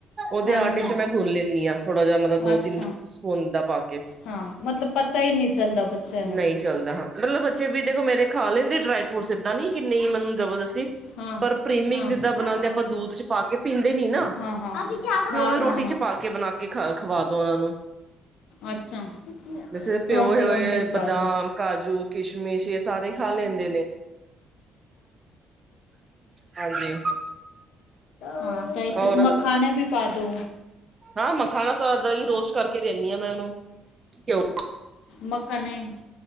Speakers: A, on the right (about 25°); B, on the left (about 80°).
A: ਉਹਦੇ
B: ਹਾਂਜੀ
A: ਆਟੇ ਚ ਮੈਂ ਗੁੰਣ ਲੈਂਦੀ ਹਾਂ, ਥੋੜਾ ਜ ਮਤਲਬ ਦੋ-ਤਿੰਨ
B: ਅੱਛਾ
A: ਸੁੰਦਾ ਪਾ ਕੇ
B: ਹਾਂ, ਮਤਲਬ ਪਤਾ ਹੀ ਨਹੀਂ ਚੱਲਦਾ ਬੱਚਿਆਂ ਨੂੰ
A: ਨਹੀਂ ਚੱਲਦਾ ਹਾਂ ਮਤਲਬ ਬੱਚੇ ਵੀ, ਦੇਖੋ ਮੇਰੇ ਖਾ ਲੈਂਦੇ ਡਰਾਈ ਫਰੂਟਸ ਏਦਾਂ ਨਈ ਕਿੰ ਨੀ ਮੈਨੂੰ ਜਬਰਦਸਤੀ
B: ਹਾਂ
A: ਪਰ ਪ੍ਰੇਮਿਕਸ
B: ਹਾਂ
A: ਜਿੱਦਾਂ
B: ਹਾਂ
A: ਬਣਾਉਂਦੇ
B: ਹਾਂ
A: ਆਪਾਂ ਦੂਧ ਚ ਪਾ ਕੇ ਪੀਂਦੇ ਨੀ ਨਾ
B: ਹਾਂ ਹਾਂ
A: ਫਿਰ ਉਹਦੀ
B: ਹਾਂ
A: ਰੋਟੀ ਚ ਚ ਪਾ ਕੇ ਬਣਾ ਕੇ ਖਾ-ਖਵਾ ਦੋ ਉਹਨਾਂ ਨੂੰ
B: ਅੱਛਾ,
A: ਜੈਸੇ
B: ਪਰੌਂਠੇ
A: ਪਿਓਏ ਹੋਏ
B: ਵੋਠੇ ਚ ਪਾਦੋ।
A: ਬਦਾਮ ਕਾਜੂ ਕਿਸ਼ਮਿਸ਼ ਇਹ ਸਾਰੇ ਖਾ ਲੈਂਦੇ ਨੇ ਹਾਂਜੀ
B: ਹਾਂ, ਤਾਂ ਇੱਥ
A: ਹੋਰ
B: ਮਖਾਨੇ ਵੀ ਪਾ ਦੋ।
A: ਹਾਂ ਮੱਖਾਣਾ ਤ ਇਦਾਂ ਹੀ ਰੋਸਟ ਕਰਕੇ ਦੇਨੀ ਹਾਂ ਮੈਂ ਉਹਨੂੰ। ਕਿਉ
B: ਮੱਖਣ ਨੇਈ।